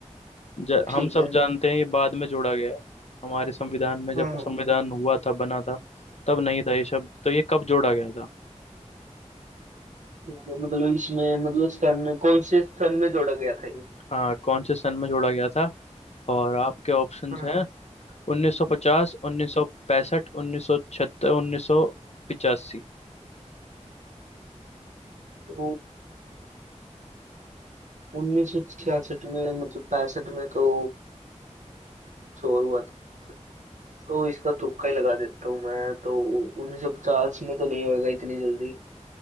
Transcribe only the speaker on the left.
ज,
हम सब
जानते हैं ये बाद में जोड़ा गया है हमारे संविधान में जब
संविधान हुआ था बना था तब नहीं था ये शब्द तो ये कब जोड़ा गया था
हाँ कौन से सन में जोड़ा गया था और आपके ऑप्शंस
हैं
1950 1965 1976 1985